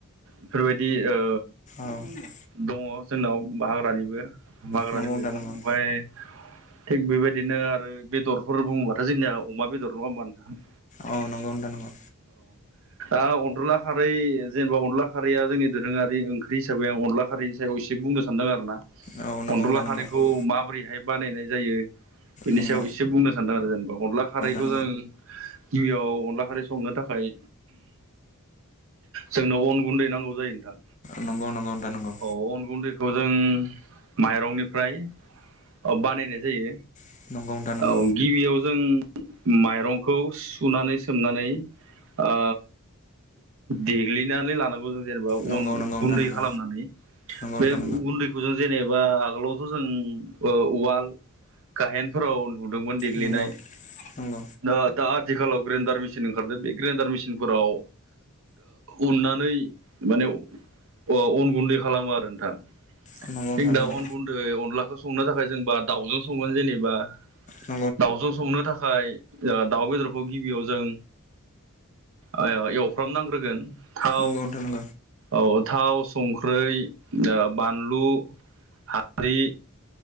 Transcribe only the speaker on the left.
औव
नंगौ नोंथां नंगौ नंगौ
नंगौ
औव नोंगौ नोंथां नोंगौ।
औ नंगौ
नोंथां नंगौ
औ
नंगौ
नोंथां
नंगौ नंगौ नोंथां नंगौ।
नोंथां नंगौ
नंगौ
नंगौ नोंथां
नंगौ
नंगौ नोंथां
नंगौ नंगौ
नंगौ नोंथां
नंगौ
नंगौ नोंथां नंगौ
नंगौ नोंथां नंगौ